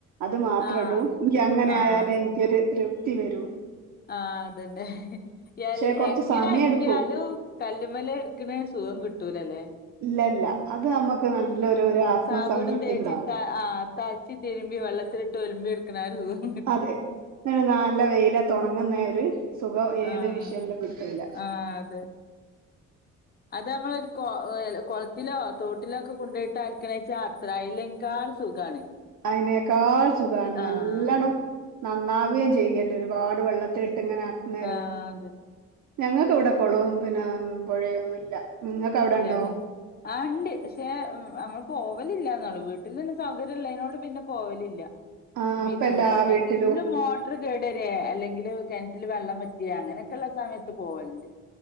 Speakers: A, on the right; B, on the left.
A: അത് മാത്രഇടൂ
B: ആഹ്
A: ഇൻക്ക് അങ്ങനെ
B: ആഹ്
A: ആയാലേ ക്കൊരു തൃപ്തിവെരു.
B: ആഹ് അതെന്നെ.
A: പക്ഷെ
B: എൽ
A: കുറച്ച്
B: എങ്ങനെഅലക്കിയാലും
A: സമയം എടുക്കും
B: കല്ലുമ്മല് എടുക്ക്ണേ സുഖംകിട്ടൂലലേ?
A: ഇല്ലല്ല അത് ന്നമ്മുക്ക് നല്ലൊരു രു ആത്മസംതൃപ്തി
B: സാബൂണും തേച്ച്
A: ഉണ്ടാവും
B: ത ആഹ് തച്ച്തിരുമ്പി വെള്ളത്തിലിട്ട് ഒലുമ്പിട്ക്ക്ണേ ആഒരുസുഖം
A: അതെന്നട്ട് ന്നല്ലേവെയ്ലത്ത് ഒണങ്ങുന്നേഒര് സുഖം ഏത്
B: ആഹ്
A: മിഷേനിലുംകിട്ടൂല.
B: ആഹ് അതെ അത് അമ്മൾ ഒരു കുളത്തിലോ തോട്ടിലോഒക്കെ കൊണ്ടോയിട്ട് അൽക്ക്ണേവെച്ചാ അത്രായില്ലെങ്കാൾ സുഖാണ്.
A: അയ്നേക്കാൾ സുഖാണ് ന്നല്ലെണ്ണം
B: ആഹ്
A: നന്നാവേം ചെയ്യല്ലേ ഒരുപാട് വെള്ളത്തിലിട്ട് ഇങ്ങനെ ആക്കുന്നേരോ
B: ആഹ് അതെ
A: ഞങ്ങൾക്ക് ഇവടെ കൊളവും പിന്നെ പുഴയൊന്നുല്ല നിങ്ങക്ക് അവിടെഇണ്ടോ?
B: ഇല്ലല്ലേ ആഹ് ഉണ്ട് പക്ഷേഅമ്മള് പോവലില്ല എന്നുള്ളു വീട്ടിലെന്നെ സൗകര്യംള്ളതിനോട് പിന്നെപോവലില്ല.
A: ആ
B: പിന്നെന്തി
A: ഇപ്പൊ എല്ലാ വീട്ടിലും
B: എങ് ഇന്ന്മോ ട്ട്റ് കേടരെ അല്ലെങ്കില് കെണ്റ്റിൽ വെള്ളംവറ്റിയേ അങ്ങനെയൊക്കെഉള്ള സമയത്ത്പോവലുണ്ട്.